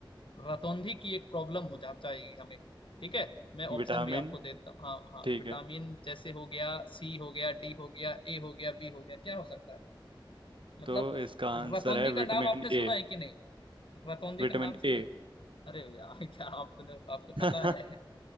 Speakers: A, on the left; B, on the right.
A: रतौंधी की एक प्रॉब्लम हो जा जाएगी हमें ठीक है मैं ऑप्शन
B: विटामिन
A: भी आपको देता हूँ हाँ हाँ
B: ठीक
A: विटामिन
B: है
A: जैसे हो गया सी हो गया डी हो गया ए हो गया बी हो गया क्या हो सकता है मतलब
B: तो इसका आंसर
A: रतौंधी
B: है
A: का
B: विटामिन
A: नाम आपने सुना
B: ए
A: है कि नहीं रतौंधी
B: विटामिन
A: का नाम सुना
B: ए
A: है अरे यार <laughs> क्या आपने आपको
B: <laughs>
A: पता है